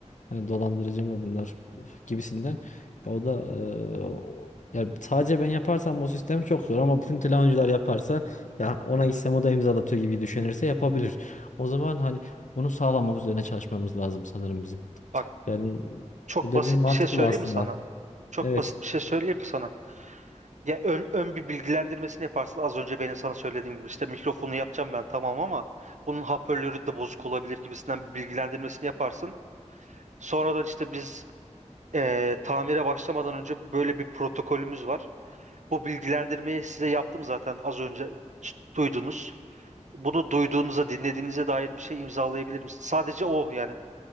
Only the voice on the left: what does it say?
Hani dolandırıcı mı bunlar Üf, gibisinden. Ya o da e, o- ya sadece ben yaparsam bu sistemi çok zor ama bütün telefoncular yaparsa ya ona gitsem o da imzalatıyor gibi düşünürse yapabilir. O zaman hani bunu sağlamak üzerine çalışmamız lazım sanırım bizim.
Yani
bu dediğin
mantıklı
aslında.
Evet.